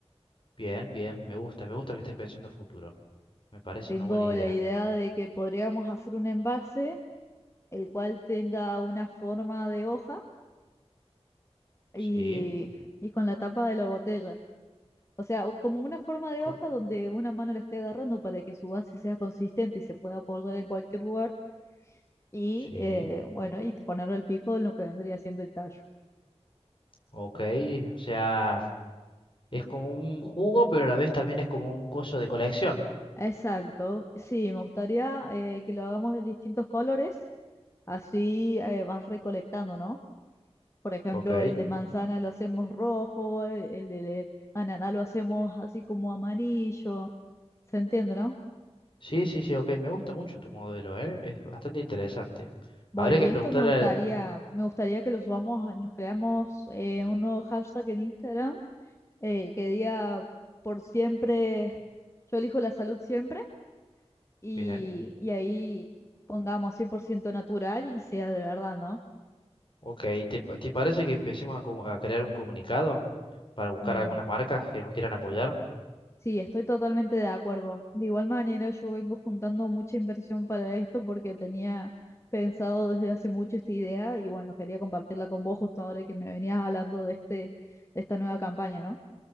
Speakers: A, on the left (about 50°); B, on the left (about 25°).
A: Bien, bien, me gusta, me gusta que estés pensando en futuro. Me parece
B: Tengo
A: una buena idea.
B: la idea de que podríamos hacer un envase el cual tenga una forma de hoja y,
A: Sí,
B: y con la tapa de la botella. O sea, o- como una forma de
A: co-
B: hoja donde una mano la esté agarrando para que su base sea consistente y se pueda apoyar en cualquier lugar. Y
A: sí,
B: eh, bueno, y ponerle el pico en lo que vendría siendo el tallo.
A: ok. O sea, es como un jugo, pero a la vez también es como un coso de colección.
B: Exacto, sí, me gustaría eh, que lo hagamos de distintos colores, así eh, vas recolectando, ¿no? Por ejemplo,
A: Ok,
B: el de manzana lo hacemos rojo, e, el de ananá lo hacemos así como amarillo. ¿Se entiende, no?
A: Sí, sí, sí, ok, me gusta mucho tu modelo, ¿eh? Es bastante interesante.
B: Bueno,
A: Habría que
B: y esto
A: preguntarle...
B: me gustaría, me gustaría que lo subamos, nos creamos eh, un nuevo hashtag en Instagram eh, que diga por siempre, yo elijo la salud siempre y,
A: Bien,
B: y ahí pongamos 100% natural y sea de verdad, ¿no?
A: ok, ¿te, pa- te parece que empecemos a, co- a crear un comunicado para buscar
B: Mm.
A: algunas marcas que nos quieran apoyar?
B: Sí, estoy totalmente de acuerdo. De igual manera, yo vengo juntando mucha inversión para esto porque tenía pensado desde hace mucho esta idea y bueno, quería compartirla con vos justo ahora que me venías hablando de este, de esta nueva campaña, ¿no?